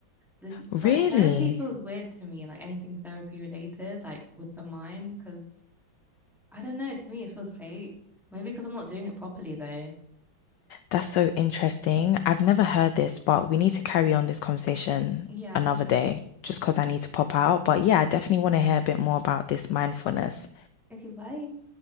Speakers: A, in the centre; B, on the left (about 70°).
A: This
B: Really?
A: like therapy feels weird to me, like anything therapy related, like with the mind, because I don't know, to me it feels fake. Maybe because I'm not doing it properly though.
B: That's so interesting. I've never heard this, but we need to carry on this conversation
A: Yeah,
B: another
A: for sure.
B: day
A: For
B: just
A: sure.
B: because I need to pop out. But yeah, I definitely want to hear a bit more about this mindfulness.
A: Okay, bye.